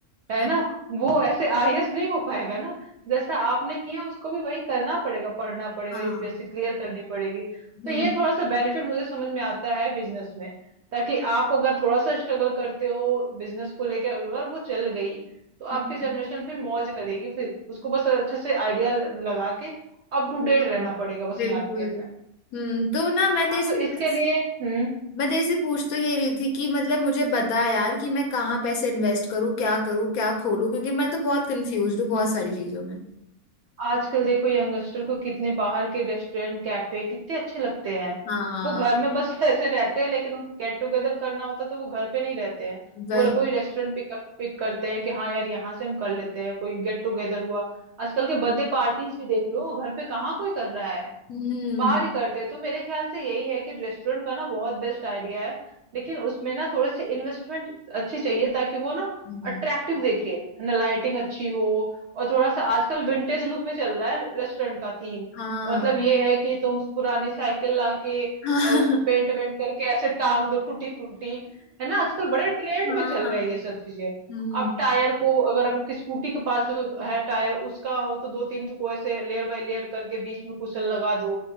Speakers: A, on the right (about 65°); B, on the left (about 70°).
A: है
B: हाँ
A: ना वो ऐसे आईएएस नहीं हो पाएगा ना जैसा आपने किया उसको भी वही करना पड़ेगा पढ़ना पड़ेगा
B: हाँ
A: यूपीएससी क्लियर करनी पड़ेगी
B: हम्म
A: तो ये थोड़ा सा बेनिफिट मुझे समझ में आता है बिजनेस में ताकि आप अगर थोड़ा सा स्ट्रगल करते हो बिजनेस को लेकर अगर वो चल गई तो
B: हम्म,
A: आपकी जनरेशन फिर मौज करेगी फिर उसको बस अच्छे से आइडिया लगा के अप टू डेट
B: हाँ
A: रहना पड़ेगा बस
B: बिल्कुल
A: मार्केट में
B: हम्म तो ना मैं तेरे
A: हाँ
B: से
A: तो इसके
B: बस
A: लिए हम्म
B: मैं तेरे से पूछ तो ये रही थी कि मतलब मुझे बता यार कि मैं कहाँ पैसे इन्वेस्ट करूँ क्या करूँ क्या खोलूँ क्योंकि मैं तो बहुत कंफ्यूज हूँ बहुत सारी चीजों में
A: आजकल देखो यंगस्टर को कितने बाहर के रेस्टोरेंट कैफे कितने अच्छे लगते हैं
B: हाँ
A: वो घर में बस <laughs> ऐसे रहते हैं लेकिन उनको गेट टुगेदर करना होता है तो वो घर पे नहीं रहते हैं
B: वही
A: वो कोई रेस्टोरेंट पिक पिक करते हैं कि हाँ यार यहाँ से हम कर लेते हैं कोई गेट टुगेदर हुआ आजकल के बर्थडे पार्टीज भी देख लो घर पे कहाँ कोई कर रहा है
B: हम्म
A: बाहर ही करते हैं तो मेरे ख्याल से यही है कि रेस्टोरेंट का ना बहुत बेस्ट आइडिया है लेकिन उसमें ना थोड़े से इन्वेस्टमेंट अच्छी चाहिए ताकि वो ना
B: हम्म,
A: अट्रैक्टिव दिखे है ना लाइटिंग अच्छी हो और थोड़ा सा आजकल विंटेज लुक में चल रहा है रेस्टोरेंट का थीम
B: हाँ
A: मतलब ये है कि तुम पुरानी साइकिल लाके
B: हाँ
A: अ, उसको पेंट वेंट करके ऐसे टांग दो टूटी फूटी है ना आजकल बड़े ट्रेंड
B: हाँ
A: में चल रही है ये सब चीजें
B: हम्म
A: आप टायर को अगर आपकी स्कूटी के पास जो है टायर उसका हो तो दो तीन टुकड़े से लेयर बाय लेयर करके बीच में कुशन लगा दो